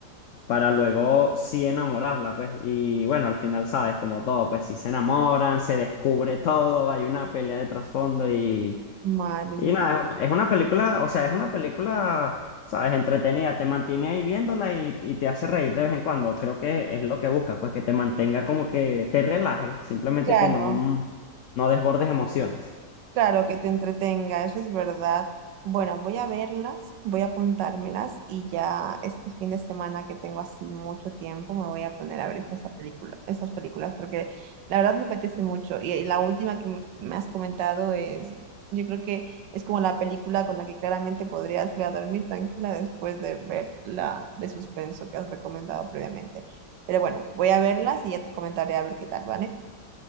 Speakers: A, on the left; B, on the right.
A: para luego sí enamorarla, pues. Y bueno, al final, sabes, como todo, pues si se enamoran, se descubre todo, hay una pelea de trasfondo y,
B: Madre
A: y
B: mía.
A: nada, es una, es una película, o sea, es una película, sabes, entretenida, te mantiene ahí viéndola y, y te hace reír de vez en cuando. Creo que es lo que buscas, pues que te mantenga como que te relaje, simplemente
B: Claro,
A: que no, no desbordes emociones.
B: Claro que te entretenga, eso es verdad. Bueno, voy a verlas, voy a apuntármelas y ya este fin de semana que tengo así mucho tiempo me voy a poner a ver estas películas, estas películas porque la verdad me apetece mucho. Y, y la última que m- me has comentado es, yo creo que es como la película con la que claramente podrías ir a dormir tranquila después de ver la de suspenso que has recomendado previamente. Pero bueno, voy a verlas y ya te comentaré a ver qué tal, ¿vale?